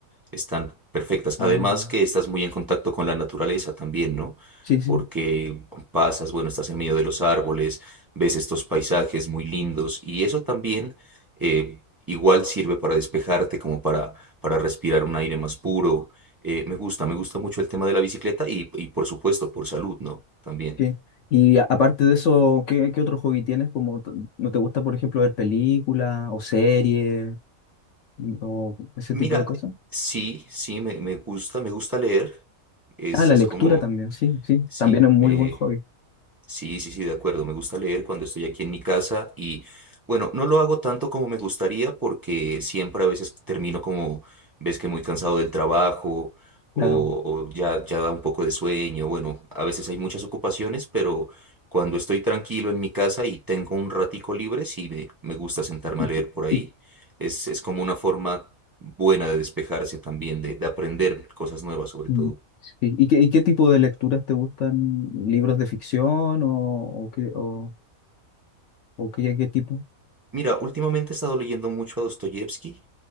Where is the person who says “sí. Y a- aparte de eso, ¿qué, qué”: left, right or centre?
Left